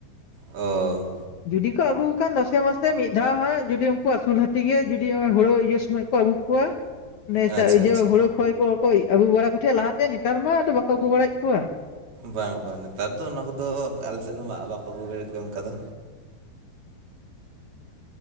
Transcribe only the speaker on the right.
ᱚ
ᱟᱪᱪᱷᱟ
ᱟᱪᱪᱷᱟ
ᱵᱟᱝ ᱵᱟᱝ ᱱᱮᱛᱟᱨ ᱫᱚ ᱚᱱᱟ ᱠᱩᱫᱩ ᱟᱞᱮ ᱥᱮᱫ ᱫᱚ ᱵᱟᱠᱚ ᱟᱹᱜᱩ ᱵᱟᱲᱟᱭᱮᱜ ᱠᱚᱣᱟ ᱚᱱᱠᱟ ᱫᱚ